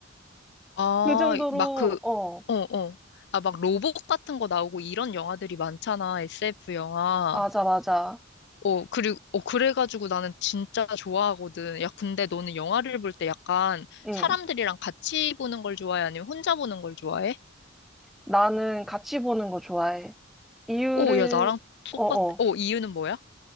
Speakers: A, on the left (about 60°); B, in the centre.
A: 아,
B: 그 정도로,
A: 막 그,
B: 어,
A: 어, 어. 아, 막 로봇 같은 거 나오고 이런 영화들이 많잖아, SF 영화.
B: 맞아, 맞아.
A: 어, 그리고, 어, 그래가지고 나는 진짜 좋아하거든. 야, 근데 너는 영화를 볼 때 약간
B: 응.
A: 사람들이랑 같이 보는 걸 좋아해? 아니면 혼자 보는 걸 좋아해?
B: 나는 같이 보는 거 좋아해. 이유를,
A: 어, 야, 나랑 똑같,
B: 어어,
A: 어, 이유는 뭐야?